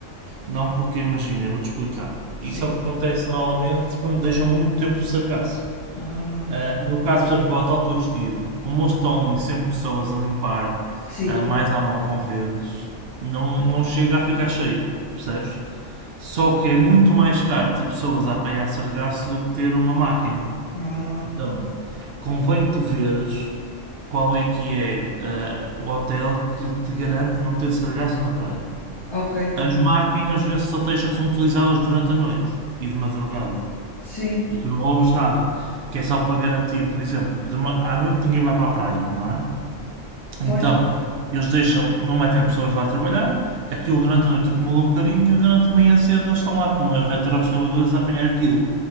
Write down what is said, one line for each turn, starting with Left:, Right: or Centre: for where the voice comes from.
Right: não porque imagina, eu vou-te explicar.
Left: Sim.
Right: Isso é o que acontece normalmente quando deixam muito tempo o sargaço.
Left: Ah,
Right: Uh, no caso, por exemplo, do hotel que eu estive, como eles estão em 100 pessoas a limpar
Left: sim.
Right: uh, mais à mão com redes, não, não chega a ficar cheio, percebes? Só que é muito mais caro ter pessoas a apanhar sargaço do que ter uma máquina.
Left: Ah,
Right: Então, convém tu veres qual é que é uh, o hotel que te garante não ter sargaço na praia.
Left: ok.
Right: As máquinas nesses hotéis só são utilizadas durante a noite e de madrugada.
Left: Sim,
Right: E tu não ouves nada. Que é só para garantir, por exemplo, de ma- à noite ninguém vai para a praia, não é?
Left: pois.
Right: Então, eles deixam, não metem pessoas lá a trabalhar, aquilo durante a noite acumula um bocadinho e durante a manhã cedo eles estão lá com uma retroescavadora a apanhar aquilo.